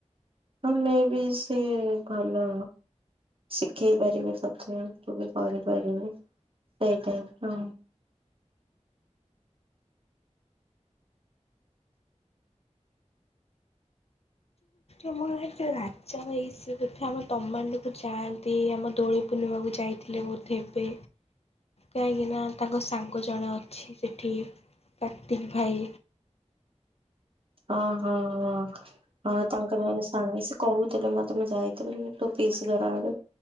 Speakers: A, on the right; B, on the left.
A: ହଁ ମେ ବି ସିଏ ଭଲ ଶିଖେଇ ପାରିବେ ତଥେ। ତୁ ବି କରିପାରିବୁ ସେଇ ଟାଇପର।
B: ଆମରେ ରାଜା ଭାଇ ସେ ବୋଧେ ଆମ ତମାଣ୍ଡୁକୁ ଯାଆନ୍ତି। ଆମ ଦୋଳି ପୁର୍ଣିମାକୁ ଯାଇଥିଲେ ବୋଧେ ଏବେ। କାହିଁକିନା ତାଙ୍କ ସାଙ୍ଗ ଜଣେ ଅଛି ସେଠି କାର୍ତ୍ତିକ ଭାଇ।
A: ଓହୋ ହଁ। ହଁ ତାଙ୍କର ମାନେ ସାଙ୍ଗେ ସେ କହୁଥିଲେ ମତେ ମୁଁ ଯାଇଥିଲି ତୋ ପିସ୍ ଘର ଆଡେ।